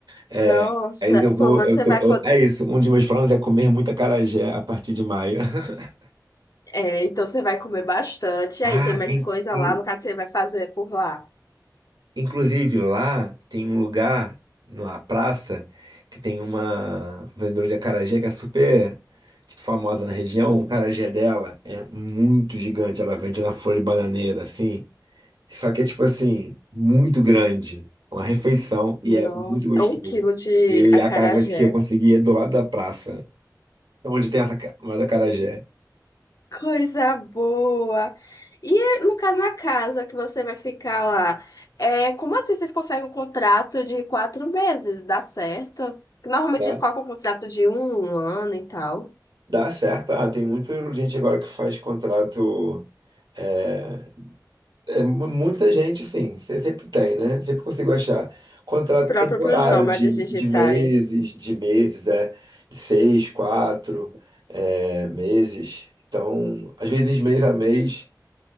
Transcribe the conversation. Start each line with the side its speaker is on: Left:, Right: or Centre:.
Right: É,
Left: nossa.
Right: aí eu vou,
Left: Pelo menos
Right: eu
Left: você
Right: tô,
Left: vai
Right: eu-
Left: poder.
Right: é isso, um dos meus planos é comer muita acarajé a partir de maio. <laughs>
Left: É, então você vai comer bastante.
Right: Ah,
Left: Aí tem mais
Right: inclu-
Left: coisa lá, no caso você vai fazer por lá.
Right: inclusive lá tem um lugar, numa praça, que tem uma vendedora de acarajé que é super, tipo, famosa na região. O acarajé dela é muito gigante, ela vende na folha de bananeira, assim. Só que é tipo assim, muito grande. Uma refeição e
Left: Nossa,
Right: é muito gostoso.
Left: um quilo de
Right: E
Left: acarajé.
Right: a casa que eu consegui é do lado da praça, onde tem essa ca- uma do acarajé.
Left: Coisa boa! E é, no caso, a casa que você vai ficar lá, é, como assim vocês conseguem um contrato de quatro meses? Dá certo? Normalmente
Right: Dá,
Left: eles colocam um contrato de um, um ano e tal,
Right: dá certo. Ah, tem muita gente agora que faz contrato. É, é mu- muita gente, sim. Você sempre tem, né? Sempre consigo achar. Contrato
Left: próprio
Right: temporário
Left: para os nômades
Right: de,
Left: digitais.
Right: de meses, de meses, é. De seis, quatro, é, meses. Então, às vezes mês a mês,